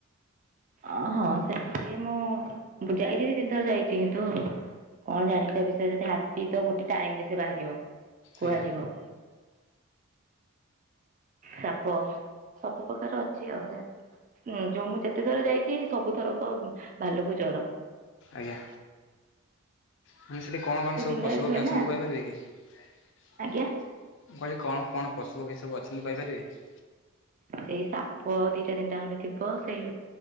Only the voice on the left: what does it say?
ଆଜ୍ଞା
ଆଜ୍ଞା। ମାନେ ସେଠି କଣ-କଣ
ସବୁ
ପଶୁପକ୍ଷୀ
ଅଛନ୍ତି
କହିପାରିବେ କି ମୁଁ
କହିଲି କଣ-କଣ ପଶୁ ପକ୍ଷୀ ସବୁ ଅଛନ୍ତି କହିପାରିବେ?